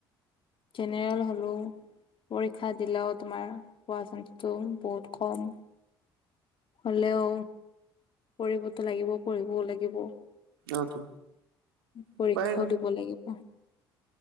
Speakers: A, on the left; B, on the right.
A: জেনেৰেল হ'লো। পৰীক্ষা দিলেওঁ তোমাৰ হোৱা চান্সটো বহুত কম। হ'লেও পঢ়িবতো লাগিব, পঢ়িবও লাগিব।
B: অ তো
A: পৰীক্ষাও
B: উপায় নাই
A: দিব লাগিব।